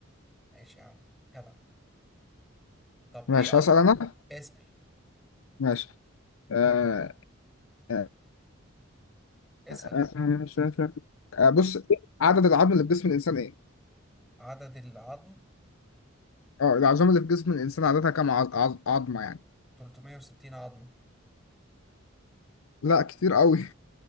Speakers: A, in the centre; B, on the left.
A: ماشي يا عم جدع طب
B: ماشي
A: ايه
B: هسأل
A: أ...
B: انا
A: اسأل
B: ماشي آه آه آه،
A: اسأل
B: آه، آه، آه، آه، بص عدد العظم اللي في جسم الانسان ايه
A: عدد العظم
B: اه العظام اللي في جسم الانسان عادتها كام عظ- عظ- عظمه يعني
A: 360 عظمة
B: لا كتير قوي